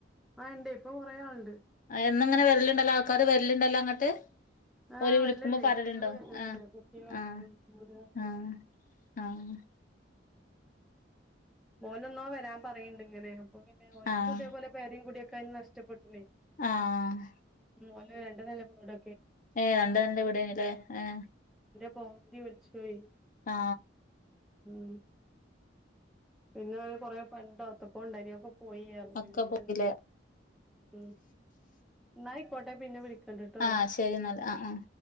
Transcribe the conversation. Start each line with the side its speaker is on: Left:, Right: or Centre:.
Centre: ആഹ് ഇണ്ട് ഇപ്പൊ കുറേ ആളുണ്ട്
Left: ഇന്നിങ്ങനെ വരലുണ്ടല്ലോ ആൾക്കാർ വരലുണ്ടല്ലങ്ങട്ട്
Centre: ആഹ്
Left: ഓര് വിളിക്കുമ്പോ
Centre: വര്ല്ണ്ടേ
Left: പറലുണ്ടോ
Centre: ഫുള്ള് വര്ന്നോല്ണ്ട്
Left: ആഹ്
Centre: കുട്ടിയെ കാണാനും
Left: ആഹ്
Centre: വീട് കാണാനൊക്കെ
Left: ആഹ് ആഹ്
Centre: മോനൊന്നോ വരാൻ പറയണ്ട് ഇങ്ങനെ അപ്പൊ പിന്നെഓക്ക്
Left: ആഹ് ആഹ്
Centre: ഇതേപോലെ പേരേയും കൂഡ്യോക്കെ നഷ്ടപ്പെട്ട്ണേ
Left: ആഹ്
Centre: മോളിൽ രണ്ട് നെല വീട്
Left: ഏ <unintelligible> ഏ
Centre: പോവുതി ഒല്ച്ചോയി
Left: ആ
Centre: മ്മ് പിന്നെ അവര് കൊറേ പണ്ടൊ എത്തോക്കൊണ്ടായിനി അ പോയിറഞ്ഞ്
Left: ഒക്കെ പോയില്ലേ
Centre: <unintelligible> മ്മ് എന്നായിക്കോട്ടെ ച്ചണ്ട്ട്ടൊ
Left: ആഹ് ശരി എന്നാല് ആഹ്